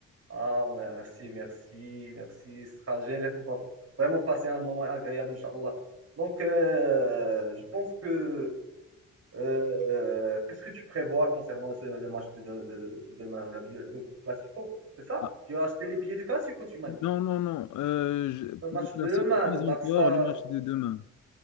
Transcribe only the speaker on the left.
Ah,
non, non, non. euh, je-
le classique,
pas
encore, le match de demain.